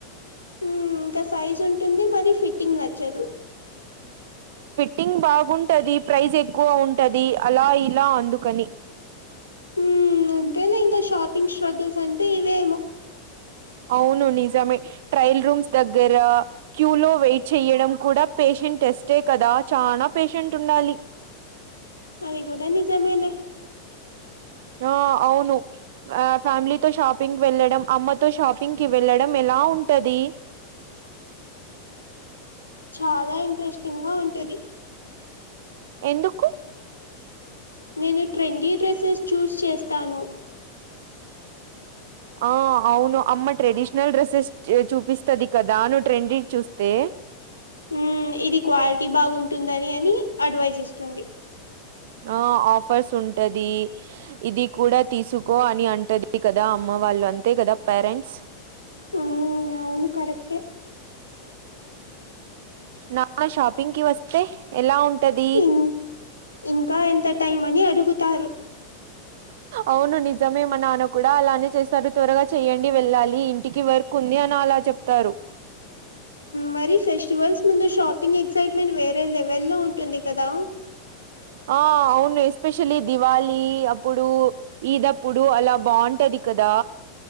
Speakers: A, on the left; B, on the right.
A: హ్ ఇంకా సైజ్ ఉంటుంది మరి ఫిట్టింగ్ నచ్చదు.
B: ఫిట్టింగ్ బాగుంటది, ప్రైజ్ ఎక్కువ ఉంటది అలా ఇలా అందుకని.
A: ఉ అంతే లే ఇంకా షాపింగ్ స్ట్రగుల్స్ అంటే ఇవేమో.
B: అవును నిజమే ట్రయల్ రూమ్స్ దగ్గర క్యూ లో వెయిట్ చెయ్యడం కూడా పేష న్ టెస్టే కదా చానా పేషెంట్ ఉండాలి.
A: అది కూడా నిజమేలే.
B: ఆ అవును ఆ ఫ్యామిలీతో షాపింగ్ వెళ్ళడం, అమ్మతో షాపింగ్ కి వెళ్ళడం ఎలా బాఉంటది.
A: చాలా ఇంట్రెస్టింగ్ గా ఉంటది.
B: ఎందుకు?
A: నేను ట్రెండీ డ్రెస్సెస్ చూస్ చేస్తాను.
B: ఆ అవును అమ్మ ట్రెడిషనల్ డ్రెస్సెస్ చూపిస్తది కదా, నువ్వు ట్రెండివి చూస్తే.
A: హ్మ్ ఇది క్వాలిటీ బాగుంటుందని అని అడ్వైజ్ ఇస్తుంది.
B: ఆ ఆఫర్స్ ఉంటది, ఇది కూడా తీసుకో అని అంటది కదా అమ్మ వాళ్ళు అంతే కదా పేరెంట్స్.
A: ఉ అవును కరెక్టే.
B: నాన షాపింగ్కి వస్తే ఎలా ఉంటది?
A: ఇం ఇంకా ఎంత టైం అని అడుగుతారు.
B: అవును నిజమే మా నాన్న కూడా అలానే చేస్తారు. త్వరగా చెయ్యండి వెళ్ళాలి ఇంటికి, వర్క్ కుంది అని అలా చెప్తారు.
A: మరి ఫెస్టివల్స్ ముందు షాప్ పింగ్ ఎక్సైట్మెంట్ వేరే లెవెల్లో ఉంటుంది కదా.
B: ఆ అవును ఎస్పెషల్లీ దివాళి అప్పుడు, ఈద్ అప్పుడు అలా బావుం టది కదా.